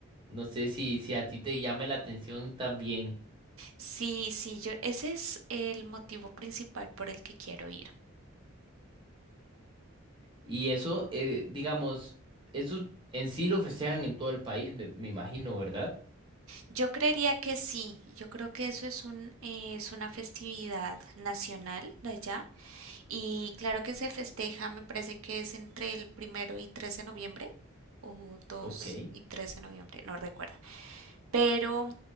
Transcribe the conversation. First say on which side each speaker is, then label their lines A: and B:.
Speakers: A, on the right (about 25°); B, on the right (about 75°).
A: No sé si, si a ti te llame la atención también.
B: Sí, sí, yo, ese es el motivo principal por el que quiero ir.
A: Y eso, eh, digamos, eso en sí lo festejan en todo el país, me, me imagino, ¿verdad?
B: Yo creería que sí, yo creo que eso es un, eh, es una festividad nacional de allá y claro que se festeja, me parece que es entre el primero y 3 de noviembre o dos
A: Ok.
B: y tres de noviembre, no recuerdo pero